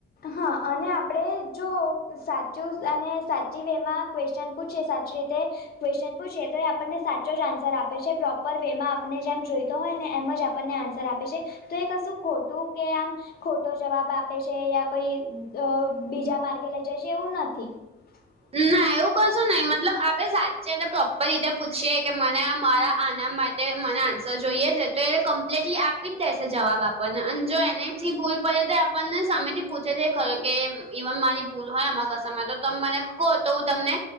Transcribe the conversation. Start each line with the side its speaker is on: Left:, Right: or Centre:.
Left: હા અને આપણે જો સાચું અને સાચી વે માં ક્વેશ્ચન પૂછીએ સાચી રીતે ક્વેશચન પૂછીએ તો એ આપણને સાચો જ આન્સર આપે છે પ્રોપર વે માં આપને જેમ જોઈતો હોય ને એમ જ ન્ર આપે છે તો એ કશું ખોટું કે આમ ખોટો જવાબ આપે છે કઈ બીજા માર્ગે લઇ જશે એવું નથી. હ <inaudible>
Right: ના એવું કશું નહી મતલબ આપે સાચી અને પ્રોપર રીતે પૂછીયએ કે મને મારા આના માટે તે મને આન્સર જોઈએ છે તો એને કમ્પ્લીટલી આપી જ દેશે જવાબ આપણને અને જો એનેથી ભૂલ પ તો આપણને સામે થી પૂછે છે ખરો કે ઈવન મારી ભૂલ હોય આમારા કસામાં તો ત મને કોહ તો હું તમને